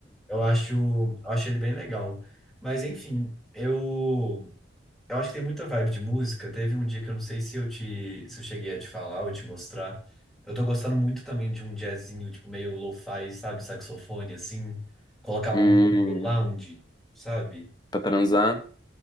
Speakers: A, in the centre; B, on the left (about 20°).
A: eu acho, eu acho ele bem legal. Mas enfim, eu, eu acho que tem muita vibe de música. Teve um dia que eu não sei se eu te, se eu cheguei a te falar ou te mostrar. Eu tô gostando muito também de um jazzinho, tipo, meio lo-fi, sabe? Saxofone, assim. Colocar
B: Hum.
A: um lounge, sabe?
B: Pra transar?